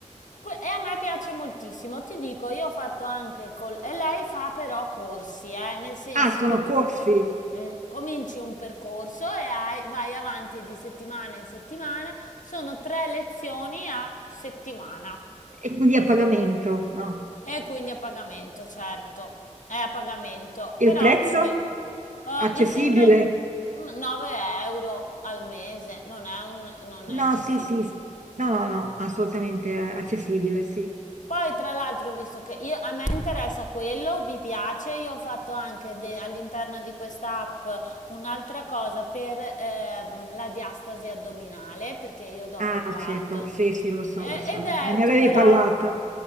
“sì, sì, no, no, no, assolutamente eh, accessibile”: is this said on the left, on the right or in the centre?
Right